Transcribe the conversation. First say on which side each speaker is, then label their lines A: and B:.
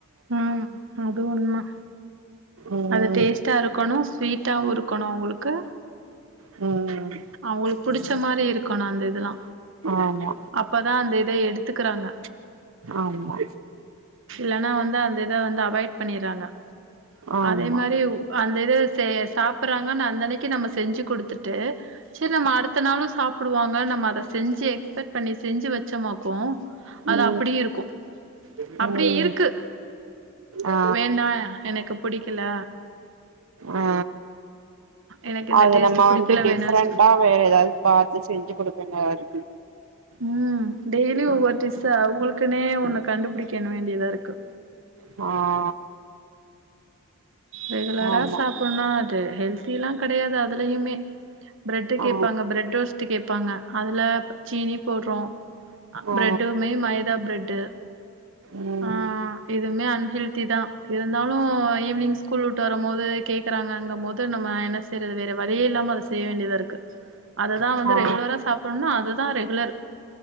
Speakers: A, on the right (about 65°); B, on the right (about 80°).
A: ம் அது உண்ம
B: ம்
A: அது டேஸ் ட்டா இருக்கணு ஸ்வீட்டாவு இருக்கணு அவுங்களுக்கு
B: ம்
A: அவுங்களுக்கு புடிச்ச மாரி இருக்கணு அந்த இதெல்லா
B: ஆமா
A: அப்பதா அந்த இத எடுத்துக்கறாங்க
B: ஆமா
A: இல்லனா வந்து அந்த இத வந்து அவாய்ட் பண்ணிறாங்க
B: ஆமா
A: அதே மாரி அந்த இது செ சாப்பறாங்கன்னு அந்தன்னைக்கு நம்ம செஞ்சு குடுத்துட்டு சேரி நம்ம அடுத்த நாளு சாப்டுவாங்க நம்ம அத செஞ்சு எக்ஸ்பெக்ட் பண்ணி செஞ்சு வெச்சோமாக்கு அது
B: ம்
A: அப்டியே இருக்கு
B: ம்
A: அப்டி இருக்கு
B: ஆ
A: வேண்டா எனக்கு புடிக்கல
B: ஆ
A: எனக்கு இந்த
B: அது
A: டேஸ்ட்டு
B: நம்ம
A: புடிக்கல
B: வந்து டிஃப்ரெண்டா
A: வேணா வெச்சு
B: வேற எதாவது பாத்து செஞ்சு குடுப்பேனாரு
A: ம் டெய்லி ஒவ்வொரு டிஷ்ஷா அவுங்களுக்குனே ஒன்னு கண்டுபிடிக்கனு வேண்டிதா இருக்கு
B: ஆ
A: ரெகுலரா
B: ஆமா
A: சாப்பன்னு அது ஹெல்தியெல்லா கெடையாது அதுலயுமே பிரெட்
B: ஆ
A: கேப்பாங்க பிரெட் டோஸ்ட்டு கேப்பாங்க அதுல சீனி போடுறோ
B: ஆ
A: பிரெட்டுமே மைதா பிரெட்டு்
B: ம்
A: ஆ இதுமே அன்ஹெல் திதா இருந்தாலு ஈவினிங் ஸ்கூல் விட்டு வரம்போது கேக்கறாங்கங்கும்போது நம்ம என்ன செ ய்யறது வேற வழியே இல்லாம அத செய்ய வேண்டிதா இருக்கு அததா வந்து
B: ஆ
A: ரெகுலரா சாப்ட்ணுனா அதுதா ரெகுலர்